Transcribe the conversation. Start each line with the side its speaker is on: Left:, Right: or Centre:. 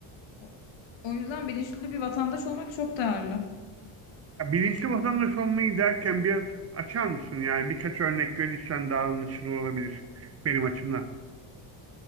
Left: O o yüzden bilinçli bir vatandaş olmak çok değerli.
Right: Ya Bilinçli vatandaş olmayı derken biraz açar mısın? Yani birkaç örnek verirsen daha anlaşılır olabilir benim açımdan.